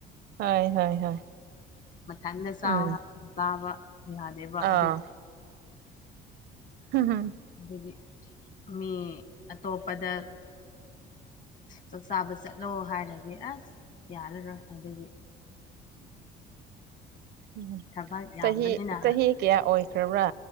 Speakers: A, on the right; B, on the left.
A: ꯍꯣꯏ ꯍꯣꯏ ꯍꯣꯏ
B: ꯃꯊꯟꯗ ꯆꯥꯎ
A: ꯎꯝ
B: ꯇꯥꯕ ꯌꯥꯗꯦꯕ
A: ꯑꯥ
B: ꯑꯗꯨ
A: ꯍꯝ ꯍꯝ
B: ꯑꯗꯨꯗꯤ ꯃꯤ ꯑꯇꯣꯞꯄꯗꯝ ꯆꯥꯛꯆꯥꯥꯕ ꯆꯠꯂꯣ ꯍꯥꯏꯔꯗꯤ ꯑꯁ ꯌꯥꯔꯔꯣꯏ ꯑꯗꯨꯒꯤ
A: ꯎꯝ
B: ꯊꯕꯛ ꯌꯥꯝꯕꯅꯤꯅ
A: ꯆꯍꯤ ꯆꯍꯤ ꯀꯌꯥ ꯑꯣꯏꯈ꯭ꯔꯕ꯭ꯔꯥ